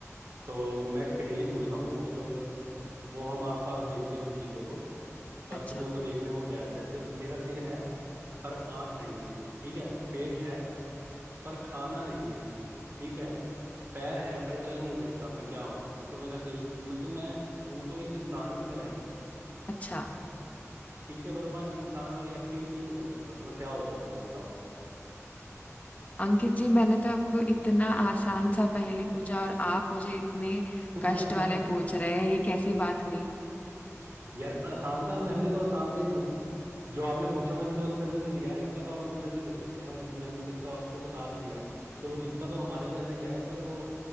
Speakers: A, on the right (about 50°); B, on the left (about 25°).
A: तो मैं एक पहेली पूछता हूँ उसका मतलब वो हम आसपास देखते हैं उन चीजों को पर
B: अच्छा
A: तुम्हें वो देखना है वो क्या है जैसे मेरा सिर है पर आंख नहीं है ठीक है पेट है पर खाना नहीं है ठीक है पैर हैं पर चल नहीं सकता मैं क्या हूँ देखो मेरा सिर मतलब मैं हूं तो एक इंसान की तरह ही
B: अच्छा
A: ठीक है पर मैं इंसान वाली एक्टिविटी नहीं कर सकता तो मैं क्या हो सकता हूँ बताओ
B: अंकित जी मैंने तो आपको इतना आसान सा पहेली पूछा और आप मुझे इतने
A: <laughs>
B: कष्ट वाले पूछ रहे हैं ये कैसी बात हुई
A: यार आसान सा मैंने तो आसान सा ही जो आपने पूछा मैंने तो आंसर भी नहीं दिया इसका तो आप आंसर भी दे सकते हैं और मैंने तो इसका आपको बता भी दिया कि वो दिखता तो हमारे जैसा ही है पर वो